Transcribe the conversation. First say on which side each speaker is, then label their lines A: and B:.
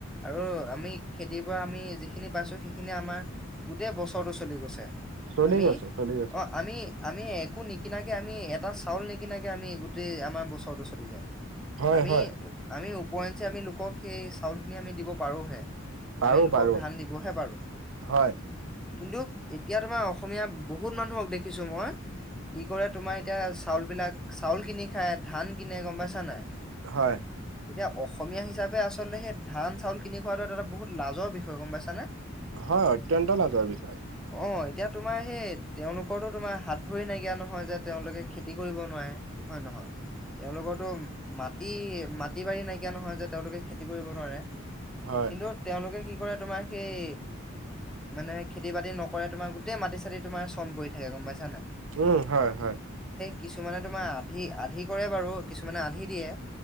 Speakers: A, in the centre; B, on the right.
A: আৰু আমি খেতি পৰা আমি যিখিনি পাইছোঁ সেইখিনি আমাৰ গোটেই বছৰটো চলি গৈছে।
B: চলি
A: আমি
B: গৈছে চলি গৈছে।
A: অ আমি আমি একো নিকিনাকে আমি এটা চাউল নিকিনাকে আমি গোটেই আমাৰ বছৰটো চলি যায়।
B: হয়
A: আমি
B: হয়
A: আমি উপওৰিঞ্চি আমি লোকক।
B: পাৰো পাৰো হয়
A: <unintelligible> কিন্তু এতিয়া তোমাৰ অসমীয়া বহুত মানুহক দেখিছো মই। কি কৰে তোমাৰ এতিয়া চাউল বিলাক চাউল কিনি খায় ধান কনে গম পাইছা নাই।
B: হয়।
A: এতিয়া অসমীয়া হিচাপে আচলতে সেই ধান চাউল কিনি খোৱাটো এটা এটা বহুত লাজৰ বিষয় গম পাইছা নে?
B: হয় অত্যন্ত লাজৰ বিষয়।
A: অ এতিয়া তোমাৰ সেই তেওঁলোকৰটো তোমাৰ হাত ভৰি নাইকিয়া নহয় যে তেওঁলোকে খেতি কৰিব নোৱাৰে। হয় নহয়? তেওঁলোকৰতো মাটি মাটি বাৰী নাইকিয়া নহয় যে তেওঁলোকে খেতি কৰিব নোৱাৰে?
B: হয়
A: কিন্তু তেওঁলোকে কি কৰে তোমাৰ সেই। মানে খেতি বাতি নকৰে তোমাৰ গোটেই মাটি চাতি তোমাৰ চন পৰি থাকে গম পাইছ।
B: উম হয় হয়।
A: কিছুমানে তোমাৰ আধি আধি কৰে বাৰু কিছুমানে আধি দিয়ে